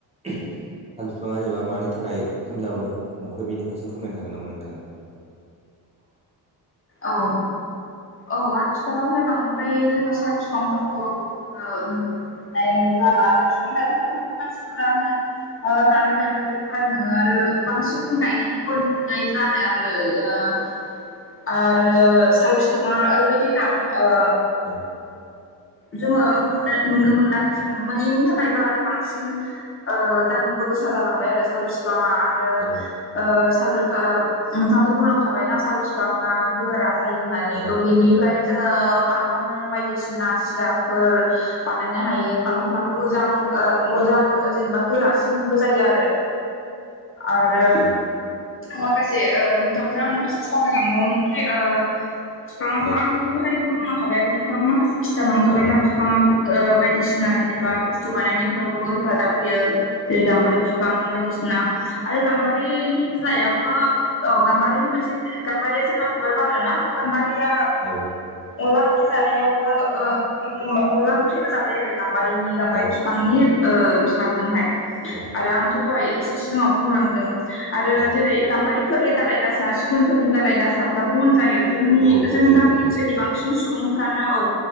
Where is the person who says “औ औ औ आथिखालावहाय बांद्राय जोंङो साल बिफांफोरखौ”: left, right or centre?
Left